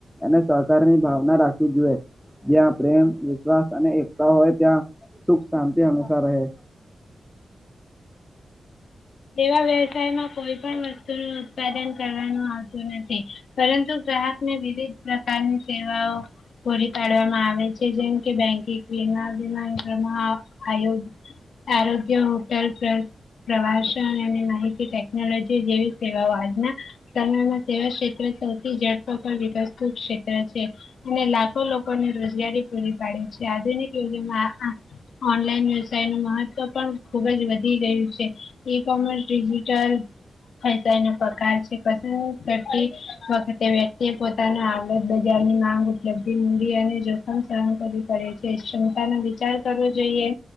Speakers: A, in the centre; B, on the left.
A: અને સહકારની ભાવના રાખવી જોઈએ જ્યાં પ્રેમ વિશ્વાસ અને એકતા હોય ત્યાં સુખ શાંતિ હંમેશા રહે
B: તેવા વ્યવસાયમાં કોઈ પણ વસ્તુ નું ઉત્પાદન કરવાનું આવતું નથી પરંતુ ગ્રાહક ને વિવિધ પ્રકારની સેવાઓ પરી પાડવામાં આવે છે. જેમ કે બેંકિક વીમા વમા આ આરોગ્ય હોટલ પ્રવાસ શિક માહિતી ટેકનોલોજી જેવી સેવાઓ આજના સમમાં સેવા ક્ષેત્ર સૌથીડપ વિકાસ ક્ષેત્ર છે. અને લાખો લોકોને રોજગારી પૂરી પાડે છે. આધુનિક યુગમાં ઓનલાઈન વ્યવસાય નું મહત્વ પણ ખુબ જ વધી રહયું છે. એ કોમે ડિજિટલ ચાઈ નો પગ છે પસંદ કરતી વખતે વ્યક્તિ પોતાનો આત બજારની માંગ દી મૂડી અને જોખમ સહન કરવવી પડે છે ક્ષમતાનો વિચાર કરવો જોઈએ